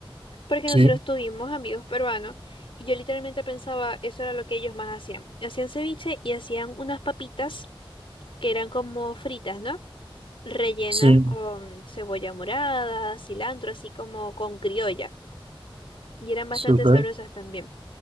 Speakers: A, on the left; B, on the right.
A: porque
B: Sí,
A: nosotros tuvimos amigos peruanos y yo literalmente pensaba eso era lo que ellos más hacían. Hacían ceviche y hacían unas papitas que eran como fritas, ¿no? Rellenas
B: sí,
A: con cebolla morada, cilantro, así como con criolla. Y eran bastante
B: sí, ok,
A: sabrosas también.